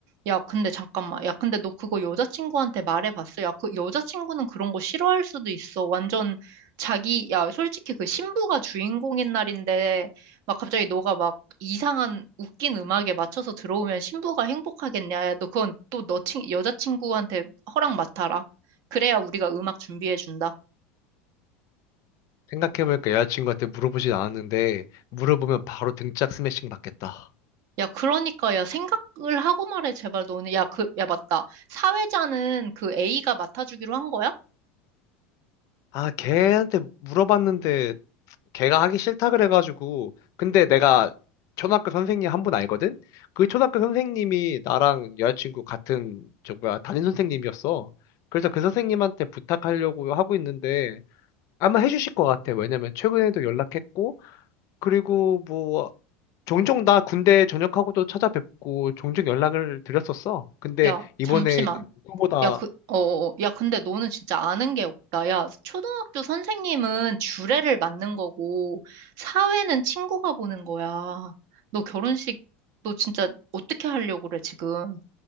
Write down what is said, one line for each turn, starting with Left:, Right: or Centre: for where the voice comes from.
Right: 야, 근데 잠깐만. 야, 근데 너 그거 여자친구한테 말해봤어? 야, 그 여자친구는 그런 거 싫어할 수도 있어. 완전 자기, 야, 솔직히 그 신부가 주인공인 날인데, 막 갑자기 너가 막 이상한 웃긴 음악에 맞춰서 들어오면 신부가 행복하겠냐? 야, 너 그건 또 너 친, 여자친구한테 허락 맡아라. 그래야 우리가 음악 준비해준다.
Left: 생각해보니까 여자친구한테 물어보진 않았는데 물어보면 바로 등짝 스매싱 받겠다.
Right: 야, 그러니까, 야, 생각을 하고 말해, 제발 너는. 야, 그, 야, 맞다. 사회자는 그 A가 맡아주기로 한 거야?
Left: 아, 걔한테 물어봤는데 걔가 하기 싫다 그래가지고 근데 내가 초등학교 선생님 한 분 알거든? 그 초등학교 선생님이 나랑 여자친구 같은 저 뭐야 담임 선생님이었어. 그래서 그 선생님한테 부탁하려고 하고 있는데 아마 해주실 것 같아. 왜냐면 최근에도 연락했고 그리고 뭐 종종 나 군대 전역하고도 찾아뵙고 종종 연락을 드렸었어. 근데
Right: 야,
Left: 이번에
Right: 잠시만.
Left: 그누보다
Right: 야, 그, 어, 어, 어. 야, 근데 너는 진짜 아는 게 없다. 야, 초등학교 선생님은 주례를 맡는 거고, 사회는 친구가 보는 거야. 너 결혼식, 너 진짜 어떻게 하려고 그래, 지금?